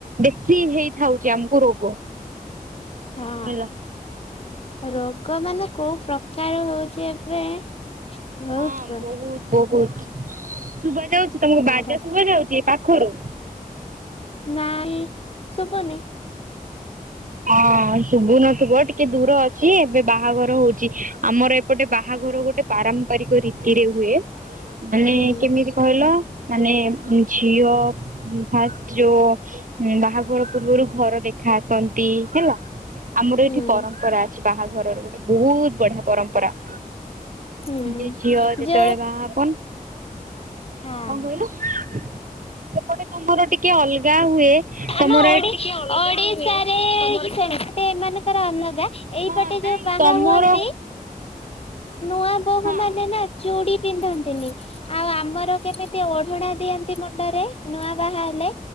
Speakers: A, on the right; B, on the left.
A: ବେଶୀ ହେଇଥାଉଛି ଆମକୁ ରୋଗ।
B: ହଁ
A: ହେଲା
B: ରୋଗ ମାନେ କୋଉ ପ୍ରକାର ହଉଛି ଏବେ। ବହୁତ
A: ହଁ ବହୁତ ବହୁତ ଶୁଭ ଯାଉଛି ତମକୁ
B: ମାର
A: ବାଜା ଶୁଭ ଯାଉଛି ପାଖରୁ।
B: ନାଇଁ ସଭନ।
A: ହଁ ଶୁଭୁନ ଶୁଗ ଟିକେ ଦୂର ଅଛି ଏବେ ବାହାଘର ହଉଛି ଆମର। ଗୋଟେ ବାହାଘର ଗୋଟେ ପାରମ୍ପରିକ ରୀତିରେ ହୁଏ ମାନେ
B: ହୁଁ
A: କେମିତି କହିଲ। ମାନେ ଝିଅ ଫାଷ୍ଟ ଯେଉଁ ହଁ ବାହାଘର ପୂର୍ବରୁ ଘର ଦେଖା ଆସନ୍ତି ହେଲା ଆମର
B: ହୁଁ
A: ଏଠି ପରମ୍ପରା ଅ ବାହାଘରର ଗୋଟେ ବହୁତ ବଢିଆ ପରମ୍ପରା
B: ହୁଁ
A: ଯି ଝିଅ ଯେତେବେଳେ
B: ଯୋଉ
A: ବାହାପ
B: ହଁ
A: କଣ କହିଲ ସେପଟେ ତମର ଟିକେ ଅଲଗା ହୁଏ
B: ଆମ
A: ତମର
B: ଓଡି
A: ଏ
B: ଓଡିଶାରେ ସେପଟେ ଏ ମଙ୍କର ଅଲଦା ଏଇପଟେ
A: ହଁ ନାଇଁ
B: ଯୋଉ ବାହା
A: ତମର
B: ହୁଅନ୍ତି ନୂଆ ବୋହୂ
A: ହଁ
B: ମାନେ ନା ଚୁଡ଼ି ପିନ୍ଧନ୍ତିନି ଆଉ ଆମର କେମିତି ଓଢଡା ଦିଅନ୍ତି ମୁଣ୍ଡରେ ନୂଆ ବାହା ହେଲେ।